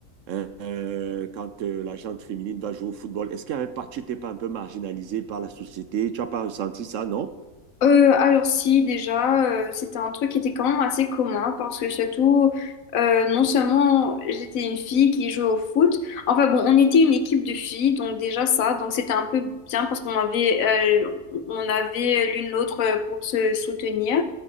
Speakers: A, on the right (about 65°); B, on the left (about 70°).
A: Euh, quand euh, la gente féminine va jouer au football, est-ce qu'il y avait pas, tu n'étais pas un peu marginalisé par la société? Tu n'as pas ressenti ça, non?
B: Euh, alors si déjà euh, c'était un truc qui était quand même assez commun parce que surtout euh, non seulement j'étais une fille qui jouait au foot enfin bon on était une équipe de filles donc déjà ça donc c'était un peu bien parce qu'on avait euh, on avait l'une l'autre euh, pour se soutenir